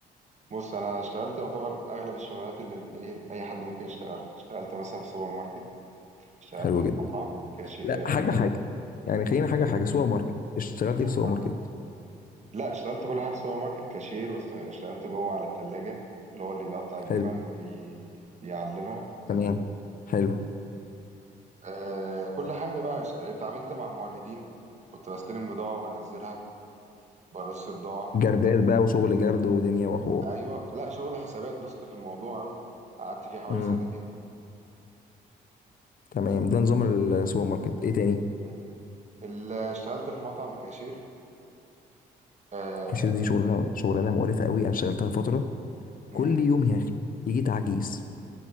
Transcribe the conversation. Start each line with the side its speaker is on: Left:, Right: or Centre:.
Right: بص انا اشتغلت يعتبر اغلب الشغلانات اللي اللي ايه اي حد ممكن يشتغلها اشتغلت مثلا في سوبر ماركت اشتغلت
Left: حلو
Right: في
Left: جدا
Right: مطعم كاشير
Left: لا حاجه
Right: آه،
Left: حاجه يعني خلينا حاجه
Right: في
Left: حاجه سوبر ماركت اشتغلت
Right: سوبر
Left: ايه في سوبر
Right: ماركت
Left: ماركت
Right: لا اشتغلت كل حاجه في سوبر ماركت كاشير واشتغلت جوه على الثلاجه اللي هو اللي بيقطع الجبن
Left: حلو
Right: وبيعلبها
Left: تمام حلو
Right: آه كل حاجه بقى اشت- اتعاملت مع موردين كنت بستلم بضاعه وبنزلها برص بضاعه
Left: جردات بقى وشغل جرد ودنيا وحوار
Right: ايوه لا شغل حسابات دوست في الموضوع قوي قعدت فيه حوالي
Left: امم
Right: سنتين
Left: تمام ده نظام السوبر ماركت ايه تاني
Right: مم. اللي اشتغلت في مطعم كاشير آه
Left: كاشير دي شغلانه شغلانه مقرفه قوي انا اشتغلتها فتره
Right: مم.
Left: كل يوم يا اخي يجي تعجيز